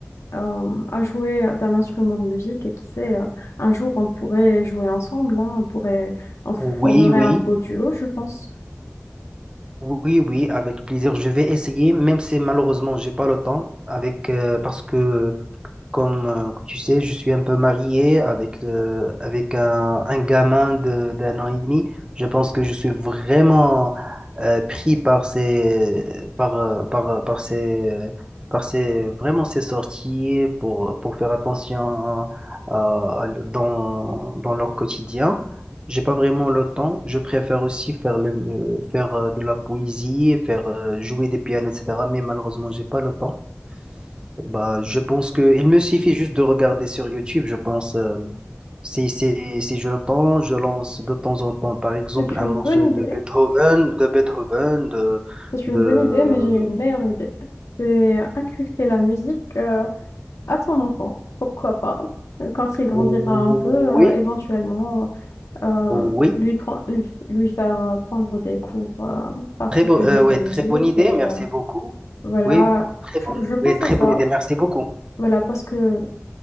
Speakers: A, on the left; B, on the right.
A: euh, à jouer d'un instrument de musique et qui sait, euh, un jour on pourrait jouer ensemble, hein, on pourrait, on formerait
B: Oui, oui,
A: un beau duo, je pense.
B: oui, oui, avec plaisir. Je vais essayer, même si malheureusement, j'ai pas le temps, avec, euh, parce que Comme, euh, comme tu sais, je suis un peu marié avec, euh, avec un, un gamin de, d'un an et demi. Je pense que je suis vraiment euh, pris par ces, par, euh, par, euh, par ces, par ces, vraiment ces sorties pour, pour faire attention à- à- dans, dans leur quotidien. J'ai pas vraiment le temps. Je préfère aussi faire le, euh, faire euh, de la poésie, faire euh, jouer des pianos, etc. Mais malheureusement, j'ai pas le temps. Bah, je pense que il me suffit juste de regarder sur YouTube, je pense. euh, si, si, si je l'entends, je lance de temps en temps, par exemple,
A: C'est
B: un
A: une
B: morceau
A: bonne
B: de
A: idée,
B: Beethoven, de Beethoven, de,
A: c'est une
B: de...
A: bonne idée, mais j'ai une meilleure idée. C'est inculquer la musique euh, à ton enfant, pourquoi pas. Quand il grandira
B: Oui,
A: un peu, euh, éventuellement, euh,
B: oui.
A: lui, pren- lui, lui faire euh, prendre des cours euh, particuliers
B: Très bon, euh,
A: de
B: ouais,
A: musique.
B: très bonne idée,
A: Et
B: merci
A: euh,
B: beaucoup.
A: voilà,
B: Oui, très
A: je,
B: bon,
A: je pense
B: oui, très
A: à ça.
B: bonne idée, merci beaucoup.
A: Voilà, parce que